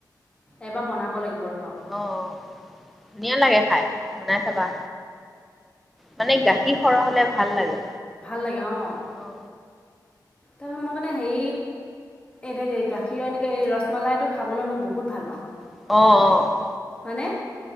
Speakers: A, on the left (about 15°); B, in the centre.
A: এইবাৰ বনাব লাগিব ৰখক।
B: অ'। ধুনীয়া লাগে খাই, বনাই চাবা! মানে গাখীৰ সৰহ হ'লে ভাল লাগে।
A: ভাল লাগে, অঁ।
B: অ
A: তাৰ মই মানে হেৰি এনেকে গাখীৰৰ এনেকৈ ৰসমলাইটো খাবলৈ মই বহুত ভাল পাওঁ।
B: অঁ', - অঁ'।
A: হয়নে?